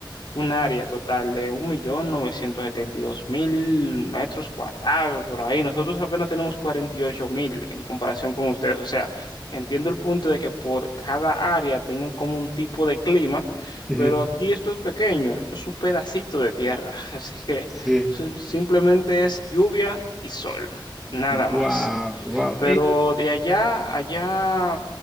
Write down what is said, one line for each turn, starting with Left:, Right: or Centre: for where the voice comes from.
Left: un área total de 1.972.000 metros cuadrados por ahí. Nosotros apenas tenemos 48.000 en comparación con ustedes. O sea, entiendo el punto de que por cada área tengan como un tipo de clima,
Centre: Ujú,
Left: pero aquí esto es pequeño, esto es un pedacito de tierra. <laughs> Así que
Centre: Sí,
Left: sim- simplemente es lluvia y sol, nada más.
Centre: wow, wow.
Left: Pero de allá, allá,